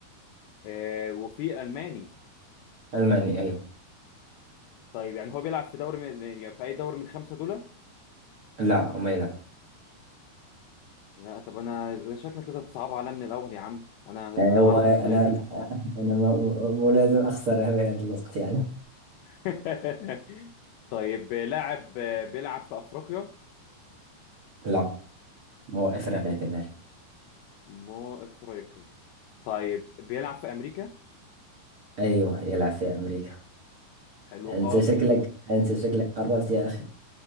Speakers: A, on the left; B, on the right.
A: آه وفي ألماني
B: ألماني أيوه
A: طيب يعني هو بيلعب في دوري من يعني في أي دوري من الخمسة دول؟
B: لا ما يلعب
A: لا طب أنا ده شكلك كده تصعب عليا من الأول يا عم أنا
B: هو
A: ده أنا هعرفه
B: انا
A: إزاي ده
B: انا م- ملازم اخسر في هذا الوقت يعني
A: <laughs> طيب لاعب بيلعب في افريقيا
B: لا هو إفريقيا كذلك
A: مو افريقي طيب بيلعب في امريكا
B: ايوه يلعب في امريكا
A: حلو
B: انت
A: خالص
B: شكلك انت شكلك قربت يا اخي